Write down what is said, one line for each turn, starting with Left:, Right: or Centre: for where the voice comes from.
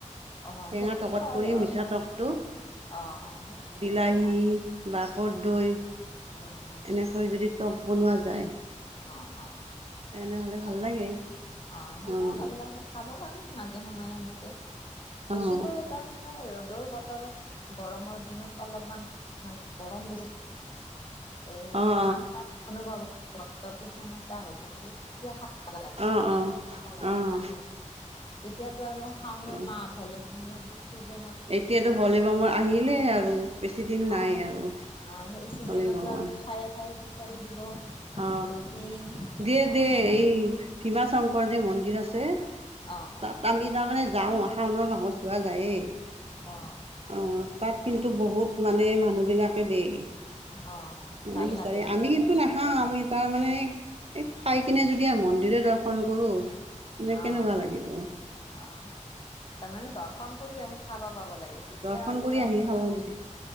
Left: অ
Right: টেঙা
Left: সেইটোতো
Right: টকত
Left: আৰু
Right: কৰি মিঠা তকটো
Left: অ অ সেইটো
Right: বিলাহী বা কদৈ
Left: অ অ।
Right: এনেকৈ যদি টক বনোৱা যায়।
Left: অ অ অ
Right: তেনেহ'লে
Left: ভাল
Right: লাগে
Left: অ এনেকেও
Right: অঁ
Left: ভাল লাগে। খাব পাৰিম মাজে সময়ে এনেকে
Right: অঁ
Left: বেছিকৈ তাৰ মানে ৰ'দৰ বতৰত গৰমৰ দিনত অলপমান মানে গৰম বেছি
Right: <inaudible>
Left: এ
Right: অঁ অঁ
Left: আন অনুভৱ বতৰটো সেমেকা হৈ থাকিলে তেতিয়া মজা লাগব
Right: অঁ অঁ
Left: ভাল লাগে
Right: অঁ
Left: ভাল লাগে এতিয়াতো আৰু শাওণৰ
Right: অঁ
Left: মাহ ভলে মৰটি চিজেনত।
Right: এতিয়াতো ভলে বামৰ আহিলে আৰু। বেছি দিন নাই
Left: অ
Right: আৰু
Left: অ সেই চিজনতো
Right: ভলীবমৰ
Left: আৰু খায়ে খায়ে বিচাৰি দিব।
Right: অ
Left: ৰুটি
Right: দিয়ে
Left: এ
Right: দিয়ে
Left: মানে
Right: এই ভীমা শংকৰ যে মন্দিৰ আছে।
Left: অ অ
Right: তাত
Left: অ।
Right: আমি তাৰমানে যাও শাওণৰ মাহত যোৱা যায়েই।
Left: অ।
Right: অহ তাত কিন্তু বহুত মানে মানুহবিলাকে দিয়ে গেই।
Left: অ
Right: মানে
Left: ভাল
Right: কিছাৰে
Left: লাগে সেইবিলাক
Right: আমি কিন্তু না- হা আমি তাৰ মানে খাই কিনে যদি মন্দিৰে দৰ্শন কৰো। মানে
Left: অ
Right: কেনেকুৱা লাগিব।
Left: অ তাৰমানে দৰ্শন কৰি আহি খাবা পাব লাগে তেতিয়াহ'লে
Right: দৰ্শন কৰি
Left: অলপ
Right: আহি খাব লাগে